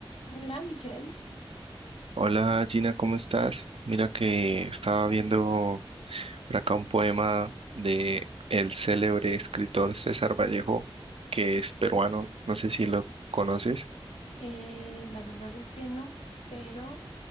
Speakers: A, on the left; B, on the right.
A: Hola, Michelle.
B: Hola Gina, ¿cómo estás? Mira que estaba viendo por acá un poema de el célebre escritor César Vallejo, que es peruano, no sé si lo conoces.
A: Eh, la verdad es que no, pero